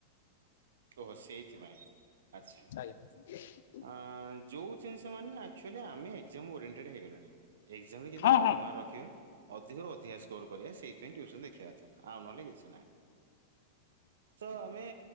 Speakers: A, on the right; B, on the left.
A: ଓହୋ ସେଇଥିପାଇଁ ଆଚ୍ଛ
B: ଆଜ୍ଞା।
A: ଅଁ ଯୋଉ ଜିନିଷ ମାନେ ଆକ୍ଚୂଆଲୀ ଆମେ ଏକ୍ଜାମ୍ ଓରିଏଣ୍ଟେଡ୍ ହେଇଗଲେଣି। ଏକ୍ଜାମି ରେ କିନ୍ତୁ
B: ହଁ
A: ଭଲ
B: ହଁ
A: ମାର୍କ ରଖିବ ଅଧିକରୁ ଅଧିକା ସ୍କୋର୍ କରିବା ସେଇଥିପାଇଁ ଟିଉସନ୍ ଦେଖିବା କଥା ଆଉ ନହେଲେ କିଛି ନାହିଁ। ତ ଆମେ